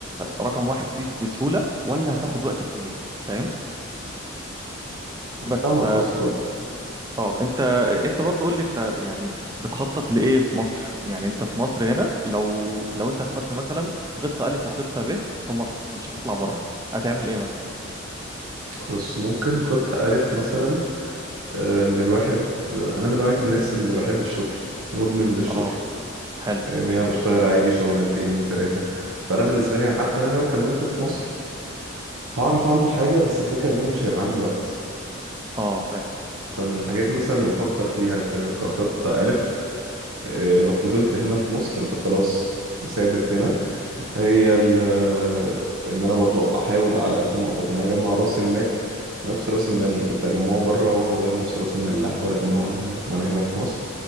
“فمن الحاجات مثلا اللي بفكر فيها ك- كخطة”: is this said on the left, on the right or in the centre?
Right